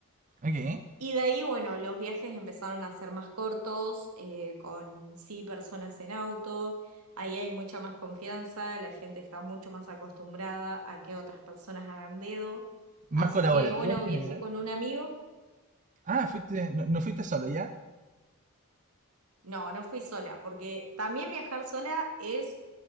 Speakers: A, on the right; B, on the right.
A: Ok.
B: Y de ahí, bueno, los viajes empezaron a ser más cortos, eh, con sí personas en auto, ahí hay mucha más confianza, la gente está mucho más acostumbrada a que otras personas hagan dedo.
A: Más
B: Así
A: colaborativo
B: que, bueno,
A: en general.
B: viajé con un amigo.
A: Ah, fuiste, no, no fuiste solo, ¿ya?
B: No, no fui sola, porque también viajar sola es